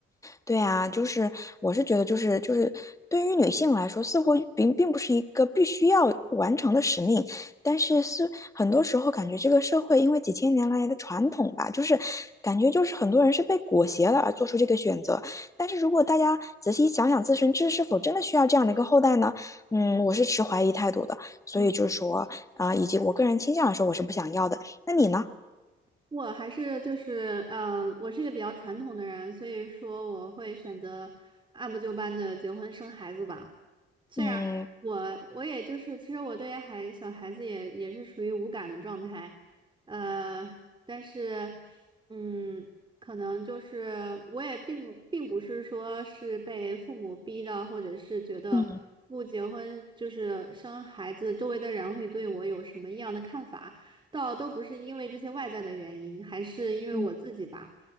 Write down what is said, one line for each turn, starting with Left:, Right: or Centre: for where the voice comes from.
Left: 对啊，就是我是觉得，就是就是对于女性来说，似乎并并不是一个必须要完成的使命，但是是很多时候感觉这个社会因为几千年来的传统吧，就是感觉就是很多人是被裹挟了而做出这个选择。但是如果大家仔细想想自身这是否真的需要这样的一个后代呢？嗯，我是持怀疑态度的。所以就是说啊、
Right: 嗯。
Left: 以及我个人倾向来说，我是不想要的。那你呢？
Right: 我还是就是，嗯、我是一个比较传统的人，所以说我会选择按部就班的结婚生孩子吧。虽然我我也就是，
Left: 嗯
Right: 其实我对孩小孩子也也是属于无感的状态，呃，但是，嗯，可能就是我也并不并不是说是被父母逼的，或者是觉得不结婚就是生孩子，
Left: 嗯。
Right: 周围的人会对我有什么异样的看法，倒都不是因为这些外在的原因，还是因为我自己吧，
Left: 嗯。